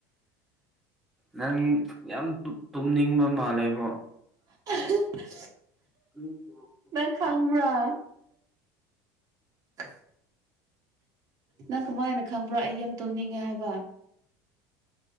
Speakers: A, in the centre; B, on the right.
A: ꯅꯪ ꯌꯥꯝ ꯇꯨꯝꯅꯤꯡꯕ ꯃꯥꯜꯂꯦꯕꯣ
B: ꯑ <unintelligible>
A: ꯇꯨꯝꯅꯤꯡꯕꯔꯣ
B: ꯅꯪ ꯈꯪꯕ꯭ꯔꯥ ꯍ <inaudible> ꯅꯪ ꯀꯃꯥꯏꯅ ꯈꯪꯕ꯭ꯔꯣ ꯑꯩ ꯌꯥꯝ ꯇꯨꯝꯅꯤꯡꯉꯦ ꯍꯥꯏꯕ